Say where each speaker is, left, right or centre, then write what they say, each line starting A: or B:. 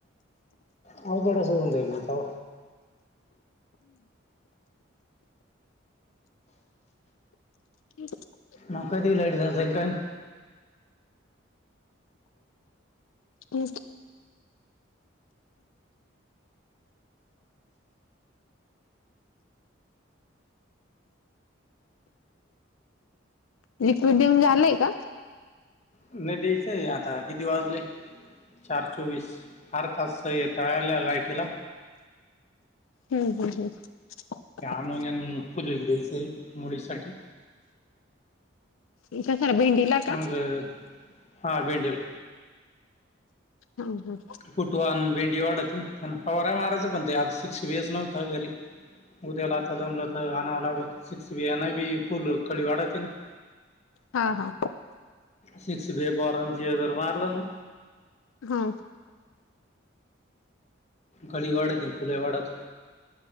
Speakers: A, on the left (about 35°); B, on the left (about 80°).
A: अवघडच होऊन जाईल का
B: ह
A: म का ती लडीत असाल काय
B: अ लिक्विड देऊन झालंय का
A: नाही द्यायचंय आता किती वाजले चार चोवीस हार तास टळाल्या लायटीला
B: हम्म हम्म हम्
A: हमोनियन फजे घ्यायचे मुळीसाठी
B: इ सर भेंडीला
A: चांगलं
B: का
A: हा भिंडल
B: हा हा
A: फुटवान भेंडी वाढत त्यां पवार आहे महारायच पण ते आता सिक्स बीच नव्हत घरी उद्याला आता जमलं तर आणावं लाग सिक्स बिना बी फुल कळी वाढत ना
B: हा हा
A: शिक्ष दे गरंजी तरर् मारला ना
B: हा
A: गळी वाढते फुले वाढत